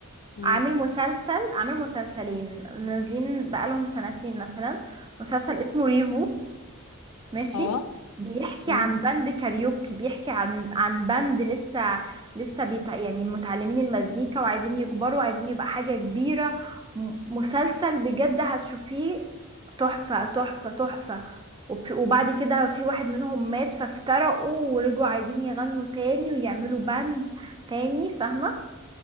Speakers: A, on the left; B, on the right.
A: مم.
B: عامل مسلسل عامل مسلسلين نازلين بقالهم سنتين مثلا مسلسل اسمه ريفو ماشي
A: اه
B: بيحكي
A: مم.
B: عن باند كاريوكي بيحكي عن عن باند لسه لسه بيتع... يعني متعلمين المزيكا وعايزين يكبروا وعايزين يبقى حاجة كبيرة م- مسلسل بجد هتشوفيه تحفة تحفة تحفة وفي... وبعد كده في واحد منهم مات فافترقوا ورجعوا عايزين يغنوا تاني ويعملوا باند تاني فاهمة